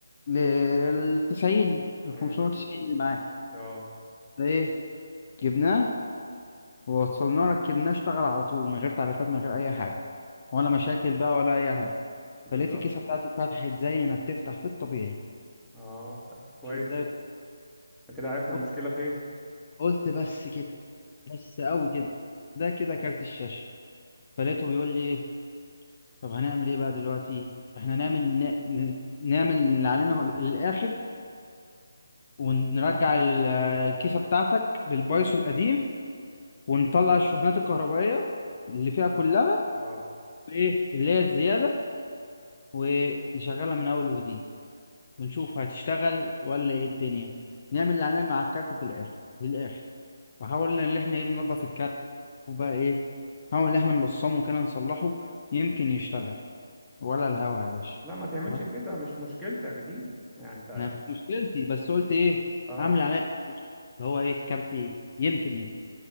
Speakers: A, on the left; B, in the centre.
A: لل 90 ل
B: امم
A: 590 اللي معاك
B: اه
A: فايه جبناه ووصلناه ركبناه اشتغل على طول من غير تعريفات من غير اي حاجة ولا مشاكل بقى ولا اي حاجة
B: بالظبط
A: فلقيت الكيسة بتاعتي اتفتحت زي ما بتفتح في الطبيعي
B: اه طب كويس
A: فتحت زي
B: جدا إحنا كده عرفنا
A: بص-
B: المشكله فين
A: قلت بس كده بس قوي كده ده كده كارت الشاشة فلقيته بيقول لي إيه، طب هنعمل ايه بقى دلوقتي احنا نعمل ن- ن- نعمل اللي علينا للاخر ونرجع ال- الكيسة بتاعتك للبايثون القديم ونطلع الشحنات الكهربائية اللي فيها كلها
B: اه
A: وايه اللي هي الزيادة ونشغلها من أول وجديد ونشوف هتشتغل ولا ايه الدنيا نعمل اللي علينا مع الكارت في الآخر للآخر فحاولنا إن احنا ايه ننضف الكارت وبقى ايه نحاول إن احنا نلصمه كده نصلحه يمكن يشتغل ولا الهوا يا باشا
B: لا ما تعملش
A: ولا
B: كده مش مشكلتك دي يعني انت
A: أنا مش مشكلتي بس قلت ايه
B: اه
A: عامل عليا اللي هو ايه الكارت يمكن يبقى